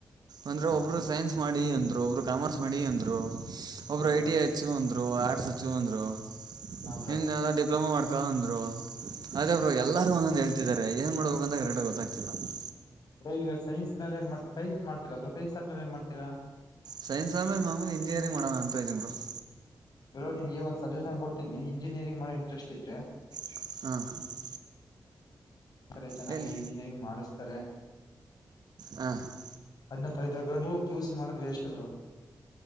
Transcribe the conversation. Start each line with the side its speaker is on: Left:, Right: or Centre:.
Right: ಅಂದ್ರೆ, ಒಬ್ರು ಸೈನ್ಸ್ ಮಾಡಿ! ಅಂದ್ರು, ಒಬ್ರು ಕಾಮರ್ಸ್, ಮಾಡಿ, ಅಂದ್ರು, ಒಬ್ರು,
Left: ಹಾ bro
Right: I, T, I. <inaudible> Sachu, ಅಂದರು ಆರ್ಟ್ಸ್, ಸಾಚು, ಅಂದರು
Left: ಹಾ ಬ್ರೋ
Right: ಹಿಂದಲ್ಲ, ಡಿಪ್ಲೊಮಾ, ಬರುತ್ತೆ, ಅಂದರು. <unintelligible> ಅದೇ, ಬ್ರೋ! ಎಲ್ಲರು, ಒಂದೊಂದು ಹೇಳ್ತಿದ್ದಾರೆ ಏನ್ ಮಾಡ್ಬೇಕು ಅಂತ ಕರೆಕ್ಟಾಗಿ ಗೊತ್ತಾಗ್ತಿಲ್ಲ? <inaudible>
Left: ಈಗ, ಸೈನ್ಸ್, ಮೇಲೈ, ಏನ್ ಮಾಡಿ ಸೈನ್ಸ್ ಮಾಡ್ತಿರಾ, ಸನ್ಸ್ ಆದ್ಮೇ ಏನ್ ಮಾಡ್ತಿರಾ? <inaudible>
Right: ಸೈನ್ಸ್ ಅಧುಮೇಲೈ, ಮಾಮೂಲಿ, ಇಂಜಿಯರಿಂಗ್, ಮಾಡೋಣ, ಅಂತ, ಇದೀನಿ, ಬ್ರೋ? <inaudible>
Left: ಬ್ರೋ, ನಿಮ್ಗೆ, ಒಂದು, ಸಜಷನ್, ಕೊಡ್ತೀನಿ, ಇಂಜಿನಿಯರಿಂಗ್, ಮಾಡೋ, ಇಂಟ್ರೆಸ್ಟ್, ಇದ್ರೆ? <inaudible>
Right: ಹ. <inaudible>
Left: ಆ, ಕಡ್ಡೆ, ಚೆನ್ನಾಗಿ
Right: ಹೇಳಿ
Left: ಇಂಜಿನಿಯರಿಂಗ್ ಮಾಡಿಸ್ತಾರೆ? <inaudible>
Right: ಹ. <unintelligible>
Left: ಅಧ್ನಾ, ಕಲಿತರೇ, ಬ್ರೋ, ನೀವು, ಪಿಯುಸಿ, ಮಾಡೋದು, ವೇಸ್ಟ್, ಬ್ರೋ? <inaudible>